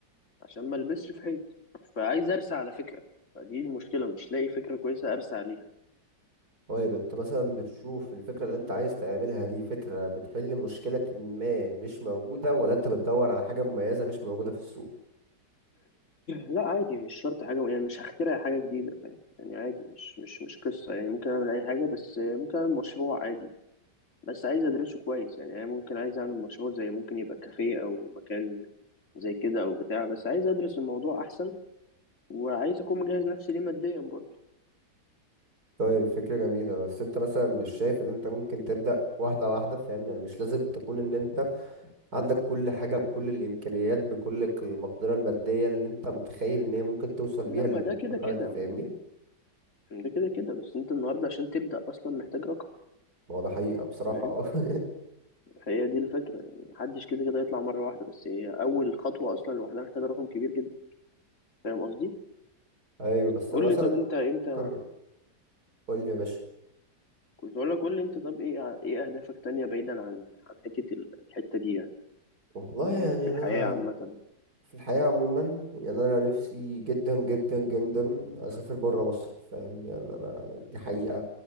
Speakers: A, on the left; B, on the right.
A: عشان ما ألبسش في حيط فعايز أرسى على فكرة فدي المشكلة مش لاقي فكرة كويسة أرسى عليها
B: طيب انت مثلا بتشوف الفكرة اللي انت عايز تعملها دي فكرة بتحل مشكلة ما مش موجودة ولا انت بتدور على حاجة مميزة مش موجودة في السوق
A: لا عادي مش شرط حاجة يعني مش هخترع حاجة جديدة فاهم يعني عادي مش مش مش قصة يعني ممكن أعمل أي حاجة بس ممكن أعمل مشروع عادي بس عايز أدرسه كويس يعني أنا ممكن عايز أعمل مشروع زي ممكن يبقى كافيه أو مكان زي كده أو بتاع بس عايز أدرس الموضوع أحسن وعايز أكون مجهز نفسي ليه ماديا برضه
B: طيب فكرة جميلة بس انت مثلا مش شايف ان انت ممكن تبدأ واحدة واحدة فاهم يعني مش لازم تكون ان انت عندك كل حاجة بكل الامكانيات بكل ك- المقدرة المادية اللي انت متخيل ان هي ممكن توصل بيها
A: لا
B: للمرحلة
A: ما ده كده كده
B: دي فاهمني
A: ما- ده كده كده بس أنت النهاردة عشان تبدأ أصلا محتاج رقم
B: ما هو ده حقيقة بصراحة
A: فاهم
B: اه <laughs>
A: هي دي الفكرة يعني محدش كده كده يطلع مرة واحدة بس هي أول خطوة أصلا لوحدها محتاجة رقم كبير جدا فاهم قصدي؟
B: ايوه بس
A: قول
B: انا مثلا
A: لي طب أنت
B: كنت
A: أنت
B: بفكر قول لي يا باشا
A: كنت اقول لك قول لي انت طب ايه ع- ايه اهدافك تانية بعيدا عن عن حتة ال- الحتة دي يعني
B: والله
A: يعني
B: يعني
A: في الحياة
B: انا
A: عامة
B: في الحياة عموما يعني أنا نفسي جدا جدا جدا أسافر برا مصر فاهم يعني أنا دي حقيقة